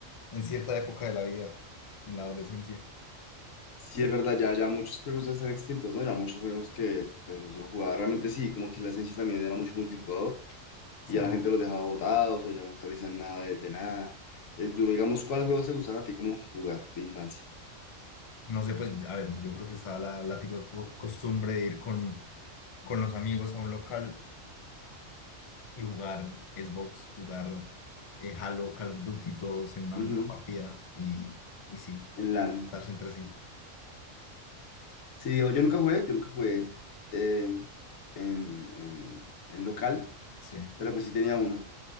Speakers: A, on the left; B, on the left.
A: en cierta época de la vida, en la adolescencia.
B: Sí, es verdad, ya, ya muchos juegos ya están extintos, ¿no? Ya muchos juegos que pues, no son jugados. Realmente sí, como que la esencia también era mucho multijugador
A: Sí.
B: y ya la gente los dejaba botados o ya no actualizan nada de, de nada. Es duro, digamos, ¿cuál juego te gustaba a ti como jugar de infancia?
A: No sé, pues, a ver, yo creo que está la, la tipo de costumbre de ir con con los amigos a un local y jugar Xbox, jugar eh, Halo, Call of Duty, todos en una
B: Ujú,
A: misma partida y, y sí,
B: En LAN.
A: darse entre sí.
B: Sí, digo, yo nunca jugué, yo nunca jugué eh, en, en, en local,
A: Sí.
B: pero pues sí tenía uno.